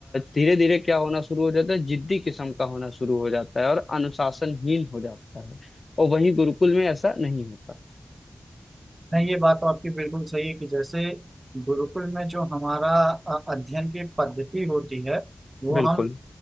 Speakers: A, on the left; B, on the right.
A: धीरे धीरे क्या होना शुरू हो जाता है जिद्दी किस्म का होना शुरू हो जाता है और अनुशासनहीन हो जाता है और वहीं गुरुकुल में ऐसा नहीं होता है।
B: नहीं ये बात तो आपकी बिल्कुल सही है कि जैसे गुरुकुल में जो हमारा अ, अध्ययन की पद्धति होती है वो
A: बिल्कुल
B: हम